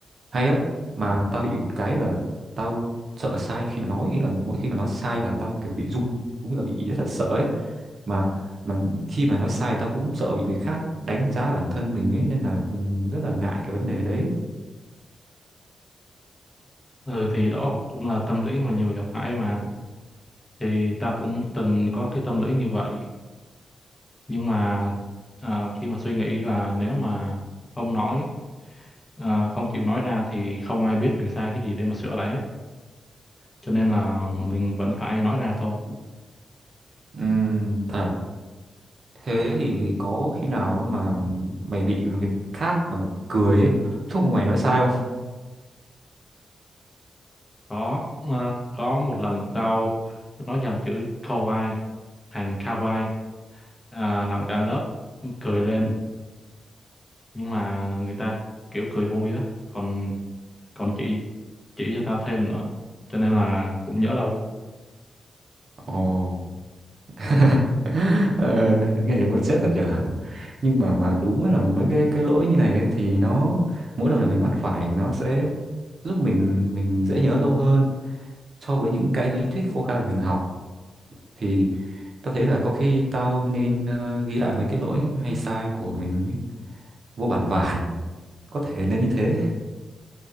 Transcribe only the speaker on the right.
hay á mà mà tao bị một cái là tao sợ sai khi mà nói ý là mỗi khi mà nói sai là tao kiểu bị run cũng là bị rất là sợ ấy mà mà khi mà nói sai tao cũng sợ bị người khác đánh giá bản thân mình ấy nên là ừ, rất là ngại cái vấn đề đấy
Ừm, thật à? thế thì có khi nào mà mày bị người khác mà cười ấy <laughs> lúc mà mày nói sai không
ồ <laughs> ờ, nghe đúng là stress thật nhở nhưng mà mà đúng là mấy cái cái lỗi như này ấy, thì nó mỗi lần là mình mắc phải nó sẽ giúp mình mình dễ nhớ lâu hơn so với những cái lý thuyết khô khan mà mình học thì tao thấy là có khi tao nên ờ, ghi lại mấy cái lỗi hay sai của mình ấy, vô bản vàn có thể nên như thế